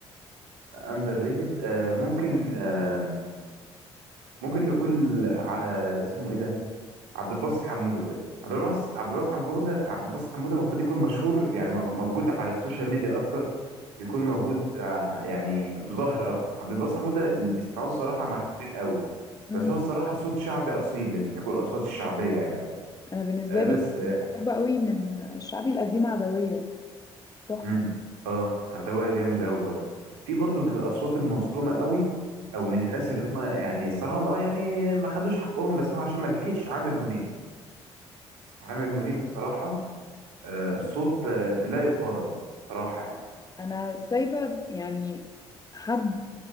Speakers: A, on the right; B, on the left.
A: اندر ريتد آه ممكن آه ممكن نقول ع- آه اسمه ايه ده عبد الباسط حموده عبد الباسط عبد الباسط حموده عبد الباسط حموده المفروض يكون مشهور يعني مو- موجود على السوشيال ميديا اكتر يكون موجود آه، يعني ظاهر اكتر عبد الباسط حموده اللي بيسمعوه الصراحه محدودين قوي
B: مم.
A: بس هو الصراحه صوت شعبي اصيل اللي بيحبوا الاصوات الشعبيه يعني
B: انا بالنسبه
A: آه
B: لي
A: بس اه
B: اللي بحبه قوي من الشعبي القديم عدويه تحفة
A: مم. اه عدويه جامد قوي برضه في برضه من الاصوات المظلومه قوي او من الناس اللي هم يعني الصراحه اه يعني ما خدوش حقهم بس هو عشان ما لحقش عامر منيب عامر منيب بصراحه آه، صوت آه، لا يقارن بصراحة يعني
B: أنا سايبة يعني حد